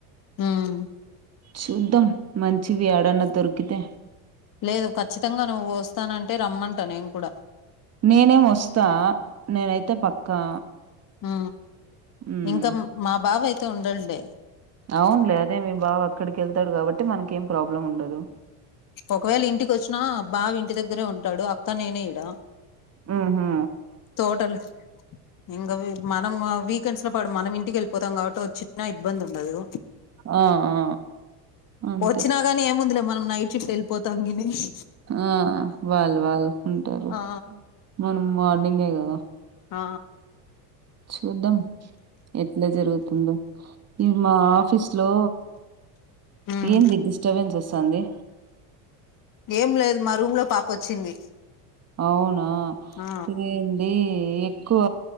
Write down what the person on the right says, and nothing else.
చూద్దాం మంచివి యాడనా దొరికితే
నేనేం వస్తా నేనైతే పక్కా
ఉమ్
అవునులే అదే మీ బావ అక్కడికెళ్తాడు కాబట్టి మనకేం ప్రాబ్లం ఉండదు
ఊహూ
ఆ ఆ అంతే
ఆ వాళ్ళు వాళ్ళు ఉంటారు
మనం మాట పంగదా
చూద్దాం ఎట్లా జరుగుతుందో ఇవి మా ఆఫీస్ లో
ఏంది డిస్టర్బెన్స్ వస్తుంది
అవునా
ఇదేంటి ఎక్కువ